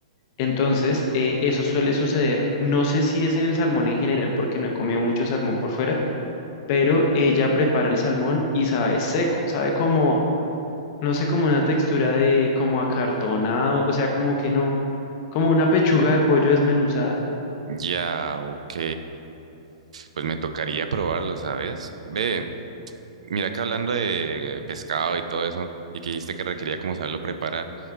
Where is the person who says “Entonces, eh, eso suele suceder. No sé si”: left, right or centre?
Left